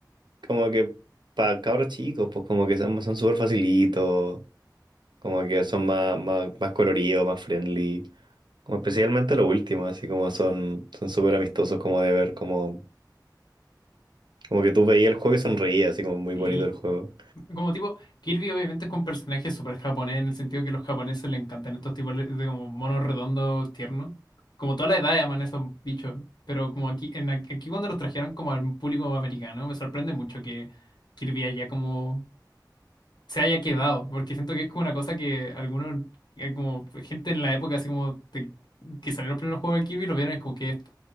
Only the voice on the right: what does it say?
Como que para cabros chicos, pues como que son, son súper facilitos, como que son más, más, más coloridos, más friendly. Como especialmente lo último, así como son son súper amistosos como de ver, como, como que tú veías el juego y sonreías, así como muy
bonito el juego.